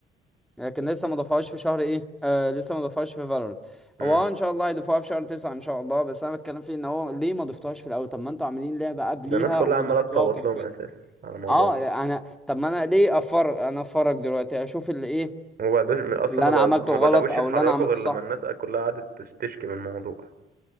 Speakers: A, in the centre; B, on the right.
A: لكن لسه ما ضافوهاش في شهر ايه آه لسه ما ضافوهاش في فالورنت
B: امم
A: هو اه ان شاء الله هيضيفوها في شهر تسعة ان شاء الله بس انا بتكلم فيه ان هو ليه ما ضفتوهاش في الاول طب ما انتوا عاملين لعبة قبليها
B: ده الناس كلها
A: وضفتوها
B: عمالة تصوت
A: وكان
B: لهم
A: كويس
B: اساسا على الموضوع
A: اه
B: ده
A: انا طب ما انا ليه افرج انا افرج دلوقتي اشوف اللي ايه
B: وما بقدوش اصلا
A: اللي
B: ما
A: انا عملته
B: بد- ما
A: غلط
B: بدأوش
A: او
B: يتحركوا
A: اللي انا عملته
B: غير لما
A: صح
B: الناس كلها قعدت تش- تشكي من الموضوع